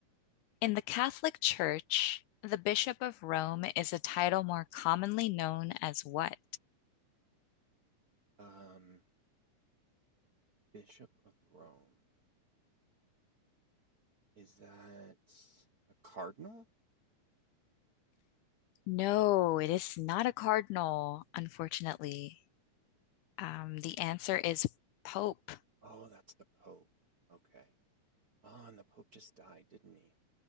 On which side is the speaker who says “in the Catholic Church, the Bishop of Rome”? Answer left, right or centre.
Left